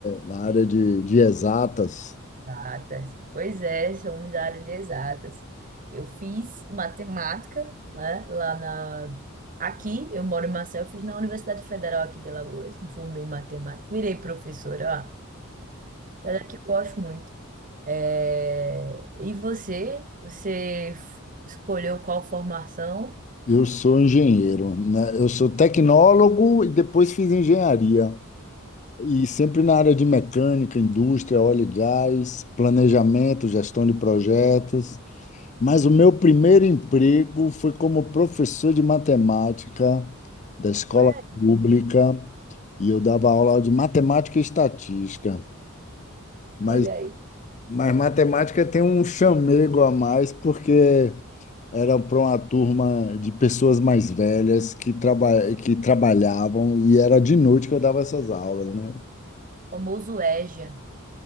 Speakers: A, on the left; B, on the right.
A: Na área de, de exatas.
B: Exatas. Pois é, somos da área de exatas. Eu fiz matemática, né, lá na... Aqui, eu moro em Maceió, eu fiz na Universidade Federal aqui de Alagoas, me formei em matemática, virei professora, ó, era que eu gosto muito. É, E você? Você f- escolheu qual formação?
A: Eu sou engenheiro, né? Eu sou tecnólogo e depois fiz engenharia. E sempre na área de mecânica, indústria, óleo e gás, planejamento, gestão de projetos. Mas o meu primeiro emprego foi como professor de matemática da escola
B: Ué,
A: pública e eu dava aula de matemática e estatística. Mas,
B: olha aí,
A: mas matemática tem um chamego a mais porque era para uma turma de pessoas mais velhas que, traba, que trabalhavam e era de noite que eu dava essas aulas, né?
B: famoso EJA.